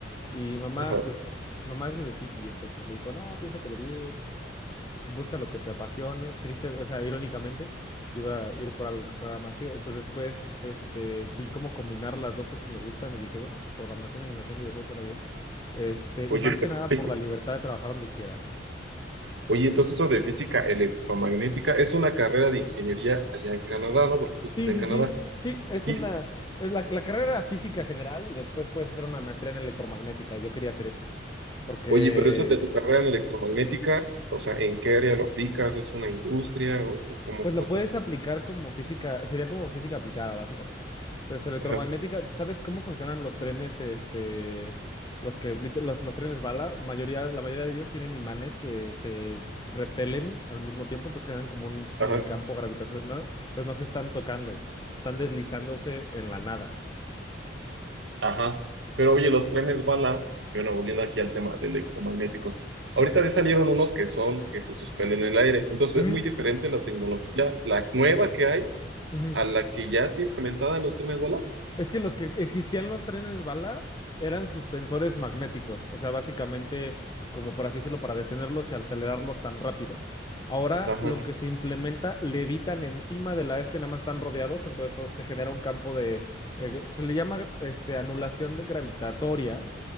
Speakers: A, on the left; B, on the right.
A: Y mamá,
B: Ajá.
A: pues, mamá es medio hippie, entonces me dijo, no, piénsatelo bien y busca lo que te apasione. Triste, o sea, irónicamente, yo iba a ir por algo que sonara más chido. Y pues después, este, vi cómo combinar las dos cosas que me gustan y dije, bueno, programación y animación de videojuegos suena bien. Este,
B: Oye,
A: y más que
B: pero
A: nada
B: físi-
A: por la libertad de trabajar donde quiera, ¿no?
B: oye, entonces eso de física electromagnética es una carrera de ingeniería allá en Canadá, ¿no? Porque tú
A: Sí,
B: estás en
A: sí,
B: Canadá.
A: sí. Sí, es
B: Y,
A: una, es la, la carrera era física general y después puedes hacer una maestría en electromagnética. Yo quería hacer eso, porque
B: oye, pero eso de tu carrera en electromagnética, o sea, ¿en qué área lo aplicas? ¿Es una industria o, o cómo,
A: Pues
B: cómo
A: lo
B: está?
A: puedes aplicar como física, sería como física aplicada, básicamente. Entonces, electromagnética,
B: Ajá,
A: ¿sabes cómo funcionan los trenes, este, los que, lit- los, los trenes bala? Mayoría, la mayoría de ellos tienen imanes que se repelen al mismo tiempo, entonces generan como un minicampo
B: ajá.
A: gravitatorio, ¿no? Entonces no se están tocando, están deslizándose en la nada.
B: Ajá, pero oye, los trenes bala, bueno, volviendo aquí al tema de electromagnéticos, ahorita ya salieron unos que son, que se suspenden en el aire, entonces
A: Ujú,
B: es muy diferente la tecnología, la nueva que hay,
A: ujú.
B: a la que ya está implementada en los trenes bala.
A: Es que los que existían los trenes bala eran suspensores magnéticos, o sea, básicamente, como por así decirlo, para detenerlos y acelerarlos tan rápido. Ahora
B: Ajá,
A: lo que se implementa, levitan encima de la este, nada más están rodeados, entonces eso se genera un campo de, eh, se le llama este, anulación de- gravitatoria,